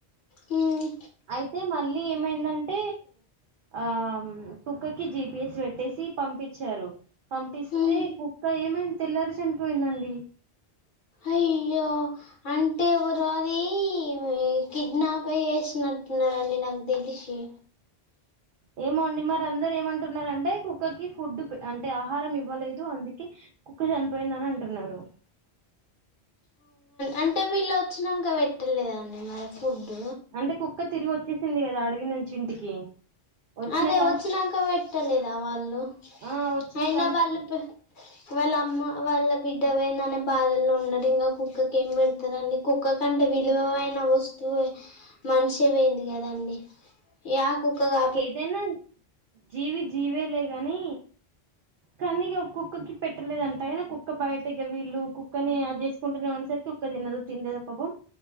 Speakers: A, on the left; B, on the right.
A: మ్
B: అయితే మళ్ళీ ఏమైందంట? ఆ కుక్కకి జిపిఎస్ పెట్టేసి పంపించారు. పంపిస్తే
A: ఉమ్.
B: కుక్క ఏమంది తెల్లారే చనిపోయిందండి.
A: అయ్యో అంటే ఎవరో అది ఈ కిడ్నాపే చేసినట్టున్నారండి నాకు దెలిసి
B: ఏమో అండి మరి అందరూ ఏమంటున్నారంటే కుక్కకి ఫుడ్ అంటే ఆహారం ఇవ్వలేదు అందుకే కుక్క చనిపోయింది అని అంటున్నారు
A: అంటే వీళ్ళు వచ్చినాంక పెట్టలేదండి మరి ఫుడ్
B: అంటే కుక్క తిరిగి వచ్చేసింది కదా అడవి నుంచి ఇంటికి వచ్చిన
A: అదే
B: కా
A: వచ్చినాంక పెట్టలేదా వాళ్ళు
B: ఆ వచ్చిన
A: అయినా
B: కాంచి
A: వాళ్ళు పె వాళ్ళ అమ్మ వాళ్ళ బిడ్డవొయిననే బాధల్లో ఉన్నది ఇంక కుక్కకి ఏం పెడు తదండి కుక్క కంటే విలువ వైన వస్తువే మనిషే పోయింది కదండి యా కుక్కగా
B: దేనా జీవి జీవేలే కానీ కానీ ఇగ కుక్కకి పెట్టలేదంట అయినా కుక్క బయటకి వీళ్ళు కుక్కనే అది చేస్ కుంటనేమో అనే సరికి కుక్క తినదు తిండేదే పాపం